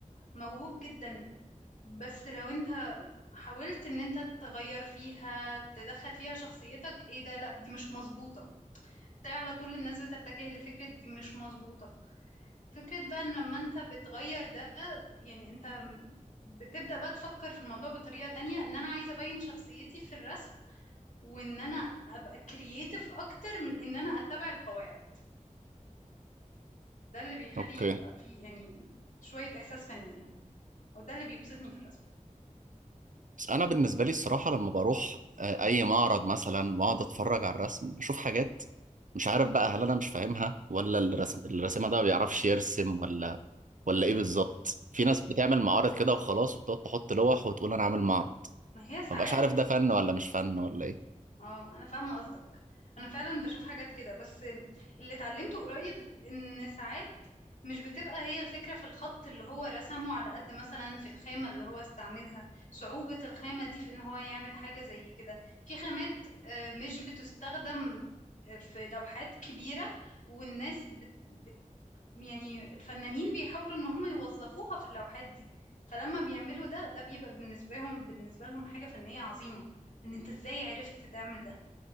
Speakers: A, on the left; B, on the right.
A: موهوب جدا بس لو انت حاولت ان انت تغير فيها تدخل فيها شخصيتك ايه ده لا دي مش مظبوطة بتاع على طول الناس بتتجه لفكرة دي مش مظبوطة فكرة بقى ان لما انت بتغير ده يعني انت بتبدأ بقى تفكر في الموضوع بطريقة تانية ان انا عايزة ابين شخصيتي في الرسم وان انا ابقى كرييتيف اكتر من ان انا اتبع القواعد ده اللي بيخلي
B: اوكي
A: يبقى فيه يعني شوية احساس فني يعني او ده اللي بيبسطني في الرسم
B: بس انا بالنسبه لي الصراحه لما بروح آه، اي معرض مثلا واقعد اتفرج على الرسم بشوف حاجات مش عارف بقى هل انا مش فاهمها ولا الرسم الرسامه ده ما بيعرفش يرسم ولا ولا ايه بالظبط في ناس بتعمل معارض كده وخلاص وتقعد تحط لوح وتقول انا عامل معرض
A: ما هي ساعات
B: ما بقاش عارف ده فن ولا مش فن ولا ايه
A: اه انا فاهمه قصدك انا فعلا بشوف حاجات كده بس اللي اتعلمته قريب ان ساعات مش بتبقى هي الفكره في الخط اللي هو رسمه على قد مثلا في الخامه اللي هو استعملها صعوبه الخامه دي في ان هو يعمل حاجه زي كده في خامات آه، مش بتستخدم آه، في لوحات كبيره والناس بت... بت... يعني الفنانين بيحاولوا ان هم يوظفوها في اللوحات دي فلما بيعملوا ده ده بيبقى بالنسبه لهم بالنسبه لهم حاجه فنيه عظيمه ان انت ازاي عرفت تعمل ده